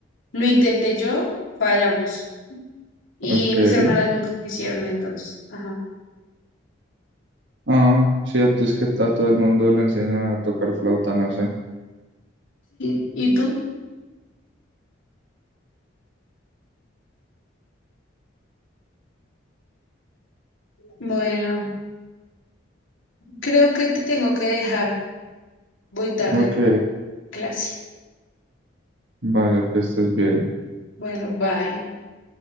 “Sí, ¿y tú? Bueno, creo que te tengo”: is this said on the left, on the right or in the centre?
Left